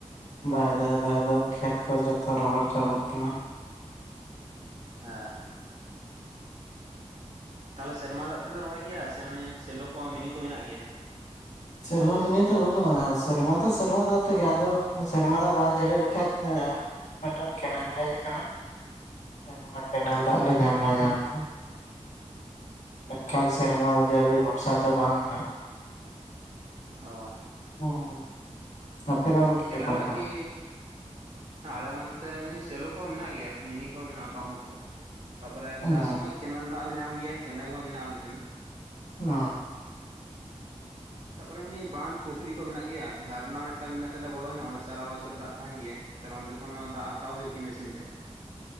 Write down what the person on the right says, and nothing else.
ᱦᱮᱸ ᱛᱟᱦᱚᱞᱮ ᱥᱮᱨᱢᱟ ᱫᱟᱜ ᱛᱮᱯᱮ ᱨᱚᱦᱚᱭ ᱜᱮᱭᱟ ᱥᱮ ᱥᱮᱞᱚ ᱠᱚ ᱢᱤᱱᱤ ᱠᱚ ᱢᱮᱱᱟᱜ ᱜᱮᱭᱟ᱾
ᱟᱪᱪᱷᱟ
ᱚ
ᱠᱮᱱᱮᱞ
ᱫᱟᱜ
ᱠᱤ ᱮᱸ ᱟᱞᱮ ᱱᱚᱱᱛᱮ ᱮᱢᱱᱤ ᱥᱮᱞᱚ ᱠᱚᱦᱚᱸ ᱢᱮᱱᱟᱜ ᱜᱮᱭᱟ ᱢᱤᱱᱤ ᱠᱚᱦᱚᱸ ᱢᱮᱱᱟᱜᱼᱟ ᱯᱟᱢ ᱠᱚᱸ ᱛᱟᱨᱯᱚᱨᱮ
ᱪᱟᱥ ᱥᱩᱢᱩᱭ ᱠᱮᱱᱮᱞ ᱫᱟᱜ ᱞᱮ ᱧᱟᱢ ᱜᱮᱭᱟ ᱠᱮᱱᱮᱞ ᱦᱚᱸ ᱢᱮᱱᱟᱜᱼᱟ ᱟᱞᱮ ᱴᱷᱮᱱ
ᱛᱟᱯᱚᱨᱮ ᱮᱢᱱᱤ ᱵᱟᱸᱫ ᱯᱩᱠᱷᱨᱤ ᱠᱚ ᱢᱮᱱᱟᱜ ᱜᱮᱭᱟ ᱡᱷᱟᱨᱱᱟ ᱢᱤᱫᱴᱟᱝ ᱢᱮᱱᱟᱜ ᱛᱟᱞᱮ ᱵᱚᱲᱚ ᱧᱚᱜ ᱚᱸᱰᱮ ᱥᱟᱨᱟ ᱵᱚᱪᱷᱚᱨ ᱫᱟᱜ ᱛᱟᱦᱮᱱ ᱜᱮᱭᱟ, ᱛᱟᱦᱚᱞᱮ ᱚᱸᱰᱮ ᱠᱷᱚᱱ ᱦᱚᱸ ᱫᱟᱜ ᱦᱟᱛᱟᱣ ᱦᱩᱭᱩᱜ ᱜᱮᱭᱟ ᱠᱤ ᱢᱮᱥᱤᱱ ᱛᱮ